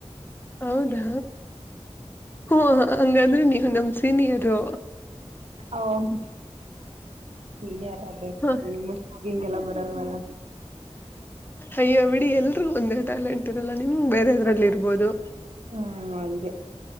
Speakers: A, on the left (about 20°); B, on the right (about 70°).
A: ಹೌದಾ ಹ ಹಂಗಾದ್ರೆ ನೀವು ನಮ ಸೀನಿಯರು
B: ಓಂ ಸೀನಿಯರ್ <unintelligible>
A: ಹ
B: ನಿಮ್ಮ ಹಿಂಗೆಲ್ಲ ಬರಲ್ವಲ್ಲ
A: ಅಯ್ಯೋ ಬಿಡಿ ಎಲ್ರೂ ಒಂದೇ ಟ್ಯಾಲೆಂಟ್ ಇರಲ್ಲ ನಿಮ್ ಬೇರೆದ್ರಲ್ಲಿ ಇರ್ಬೋದು
B: ಹು ಅಂಗೇ